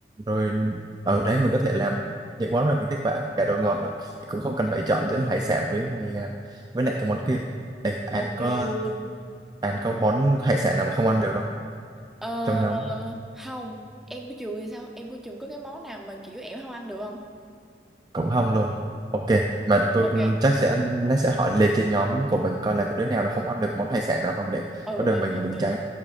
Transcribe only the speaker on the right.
Rồi ở đấy mình có thể làm những món mà mình thích bạn, cả đồ ngọt rồi. Cũng không cần
phải chọn giữa là hải sản với này à, với lại cái món kia. Ê, An
có
An có món hải sản nào mà không ăn được không?
Trong nhóm
cũng không luôn. Ok, mà tôi
cũng chắc sẽ nó sẽ hỏi lên trên nhóm của mình coi là có đứa nào nó không ăn được món hải sản nào không để
có đường
mình
mình
tránh.